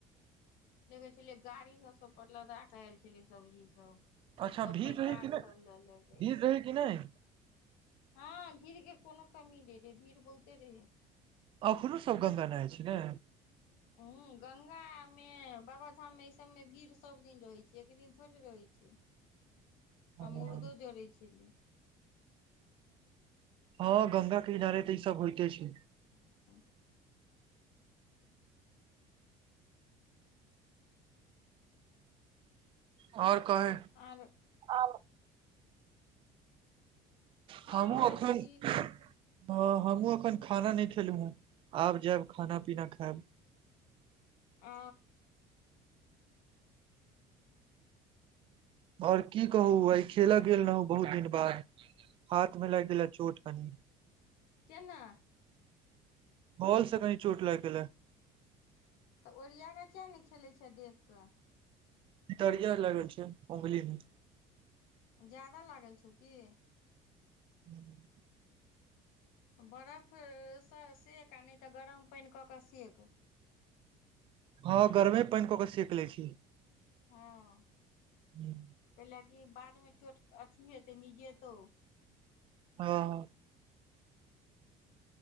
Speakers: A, on the left (about 75°); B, on the right (about 35°).
A: देखै छलियै गाड़ी सब सब पर लदा क आयल छलै सब्जी सब
B: अच्छा
A: आ सब
B: भीड़
A: पैकार
B: रहै कि नहि
A: सब लऽ ले जाइ
B: भीड़
A: छैलै
B: रहै कि नहि
A: हँ भीड़ के कोनो कमी नहि रहे भीड़ बहुते रहे
B: एखनो सब गङ्गा नइ छै ने
A: ह गङंगा मे बाबाधाम मे सब मे भीड़ सब दिन रहै छियै एक दिन थोड़े रहै छियै
B: हँ
A: आ मुर्दो जड़ैत छलै
B: हँ गंगा के इनारे तऽ ई सब होइते छै
A: ह
B: आओर कहे
A: आओर
B: आब हमूँ
A: आर
B: अखन
A: सब ठीक
B: हँ
A: छै
B: हमहहुँ अखन खाना नहि खेलहुँ हेँ आब जायब खाना पीना खायब
A: ओ
B: आओर की कहू आय खेलऽ गेल रहौ बहुत दिन बाद हाथ में लग गेला चोट कनी
A: केना
B: बॉल से कनी चोट लाग गेलै
A: तऽ ओरिया कऽ किए नहि खेलै छिय देख कऽ
B: तरिया लागबैछिय अंगुलीमे
A: जादा लागल छौ की
B: ह
A: बर्फसँ सेक आ नहि तऽ गरम पानि कऽ कऽ सेक
B: हँ गर्मे पानि कऽ के सेक ले छी
A: ह
B: ह
A: कैल कि बादमे चोट अथी हेतै नि जेेतौ
B: हँ